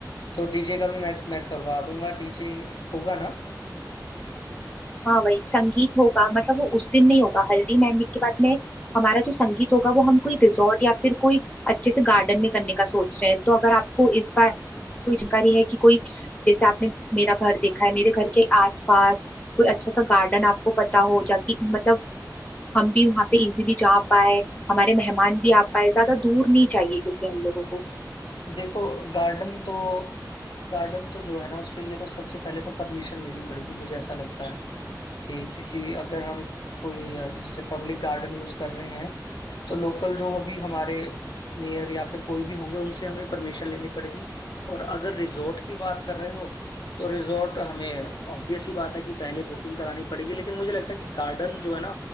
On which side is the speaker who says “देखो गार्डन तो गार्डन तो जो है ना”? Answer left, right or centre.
Left